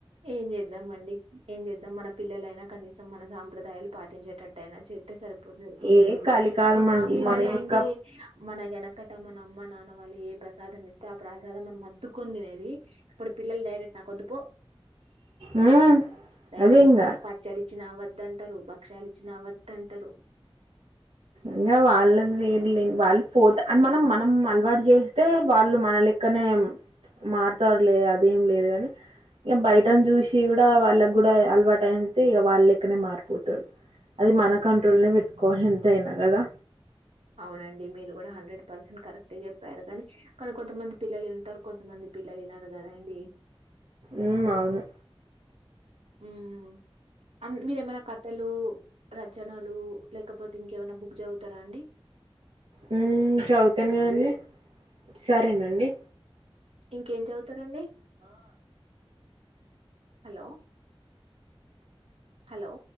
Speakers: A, on the right; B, on the right.
A: ఏం చేద్దాంమండి ఏం చేద్దాం మన పిల్లలైనా కనీసం మన సాంప్రదాయాలు పాటించేటట్టాయినా చేస్తె సరి పోతది
B: ఏ కలికాలం
A: ఇప్పుడు
B: అండి
A: ఆ పిల్లలండి
B: మన యొక్క
A: మన వెనకట మన అమ్మ నాన్న వాళ్ళు ఏ ప్రసాదం ఇస్తే ఆ ప్రసాదం మనమద్దుకొని తినేది ఇప్పుడు పిల్లలు డైరెక్ట్ నాకొద్దుపో
B: మ్మ్
A: డైరెక్టు
B: అదే ఇంగా
A: పచ్చడి ఇచ్చినా వద్దంటారు భక్షాలు ఇచ్చినా వద్దంటరు
B: ఇంగ వాళ్ళది వేర్లే వాళ్ళు పోత అని మనం మనం అలవాటు చేస్తే వాళ్ళు మన లెక్కనే మారుతారు లే అదేం లేదు అని ఇగ బయటని చూసి కూడా వాళ్ళకి కూడా అలవాటు అయితే ఇగ వాళ్ళ లెక్కనే మారిపోతారు అది మన కంట్రోల్నే పెట్టుకోవాలి ఎంతయినా కదా
A: అవునండి మీరు కూడా హండ్రెడ్ పర్సెంట్ కరెక్ట్ చెప్పారు కానీ కానీ కొంతమంది పిల్లలు వింటారు కొంతమంది పిల్లలు ఇనరు కదండి
B: ఉమ్ అవును
A: ఉమ్ అ మీరు ఏమైనా కథలు రచనలు లేకపోతే ఇంకేమైనా బుక్ చదువుతారా అండి బ్లాంక్
B: హ్మ్ చదువుతాన్ కానీ సరేనండి
A: ఇంకేం చదువుతారండి హలో హల్లో